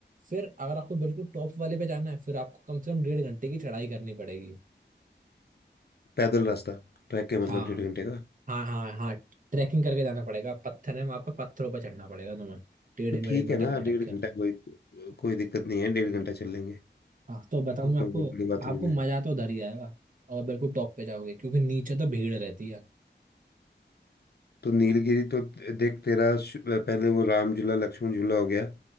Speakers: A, on the right (about 45°); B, on the left (about 60°).
A: फिर अगर आपको बिल्कुल टॉप वाले पे जाना है फिर आपको कम से कम डेढ़ घंटे की चढ़ाई करनी पड़ेगी
B: पैदल रास्ता ट्रैक है
A: हाँ
B: मतलब डेढ़ घंटे का
A: हाँ हाँ हाँ ट्रैकिंग करके जाना पड़ेगा पत्थर है वहां पे पत्थरों पर चढ़ना पड़ेगा तुम्हें टेढ़े
B: तो
A: मेढ़े
B: ठीक है
A: मटक
B: ना
A: मटक
B: डेढ़
A: के
B: घंटा कोई कोई दिक्कत नहीं है डेढ़ घंटा चल लेंगे
A: हाँ तो बताऊँ
B: ठीक है कोई
A: मैं आपको
B: बहुत बड़ी बात
A: आपको
B: थोड़ी ना
A: मजा
B: है
A: तो उधर ही आएगा और बिल्कुल टॉप पे जाओगे क्योंकि नीचे तो भीड़ रहती है
B: तो नीलगिरी तो देख तेरा शु- पहले वो राम झूला लक्ष्मण झूला हो गया